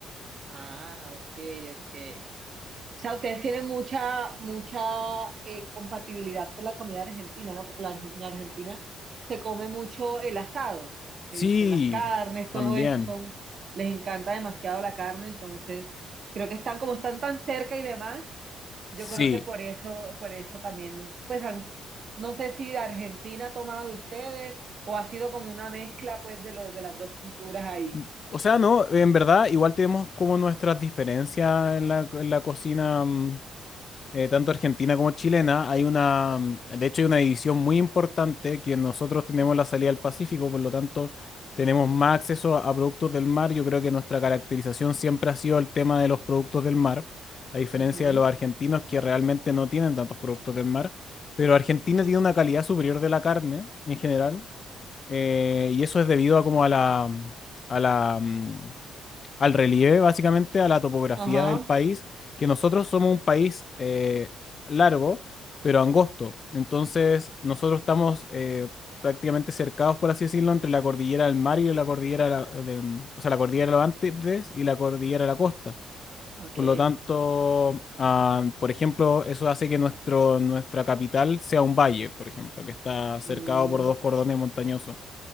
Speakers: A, on the right; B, on the left.
A: ah, ok, ok. O sea, ustedes tienen mucha, mucha eh, compatibilidad con la comida argentina, ¿no? Porque la, en Argentina se come mucho el asado, se
B: Sí,
A: dicen las carnes, todo
B: también,
A: esto son, les encanta demasiado la carne, entonces creo que están como están tan cerca y demás, yo
B: sí.
A: creo que por eso, por eso también, pues han- no sé si Argentina ha tomado de ustedes o ha sido como una mezcla pues de los de las dos culturas ahí.
B: N- O sea, no, en verdad, igual tenemos como nuestras diferencias en la, en la cocina. mm, eh, tanto argentina como chilena, hay una, mm, de hecho hay una división muy importante que nosotros tenemos la salida al Pacífico, por lo tanto tenemos más acceso a, a productos del mar. Yo creo que nuestra caracterización siempre ha sido el tema de los productos del mar, a diferencia
A: Ujú.
B: de los argentinos que realmente no tienen tantos productos del mar, pero Argentina tiene una calidad superior de la carne en general. Eh, y eso es debido a como a la, a la, mm, al relieve, básicamente, a la topografía
A: Ajá,
B: del país, que nosotros somos un país eh, largo, pero angosto. Entonces, nosotros estamos eh, prácticamente cercados, por así decirlo, entre la cordillera del mar y la cordillera, de la- de, mm, o sea, la cordillera de los Andes y la cordillera de la costa.
A: ok.
B: Por lo tanto, ah, por ejemplo, eso hace que nuestro, nuestra capital sea un valle, por ejemplo, que está cercado
A: Mm.
B: por dos cordones montañosos.